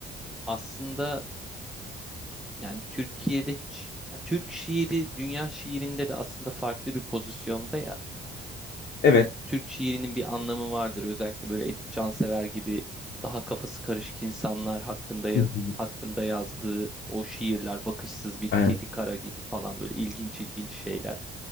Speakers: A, in the centre; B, on the left (about 60°).
A: aslında Yani Türkiye'de hiç ya Türk şiiri dünya şiirinde de aslında farklı bir pozisyonda ya.
B: Evet.
A: Türk şiirinin bir anlamı vardır. Özellikle böyle Edip Cansever gibi daha kafası karışık insanlar hakkında yaz,
B: <laughs>
A: hakkında yazdığı o şiirler, bakışsız bir
B: Evet.
A: kedi kara gibi falan böyle ilginç ilginç şeyler.